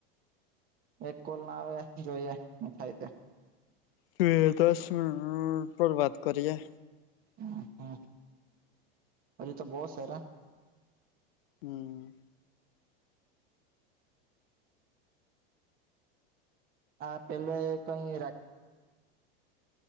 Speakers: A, on the right (about 30°); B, on the left (about 75°).
A: એક કોલ ના આવે. જોઈએ હું થાય તે.
B: હમ્મ દસ મિનિટ ઉર ઉપર વાત કરીયે.
A: હમ્મ હમ્મ અજુ તો બો સે અલા.
B: હમ્મ.
A: આ પેલે કંઈ રાજ